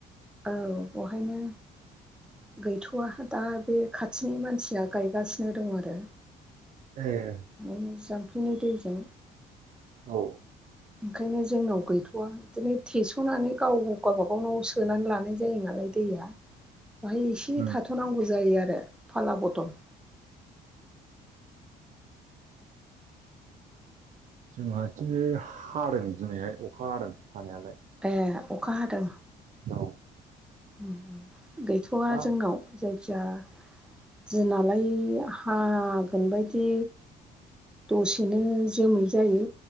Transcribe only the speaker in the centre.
औ अहायनो गैथ'वा दा बे खाथिनि मानसिया गायगासिनो दङ आरो
ओम जाम्फैनि दैजों
ओंखायनो जोंनाव गैथ'वा बिदिनो थेस'नानै गाव गाबा गावनाव सोनानै लानाय जायो नालाय दैया बाहाय एसे
थाथ'नांगौ जायो आरो फाला बदल
ए अखा हादों
ओम ओम गैथ'वा
जोंनाव जाय खिया दिनालाय हागोन बायदि दसे सेनो जोमै जायो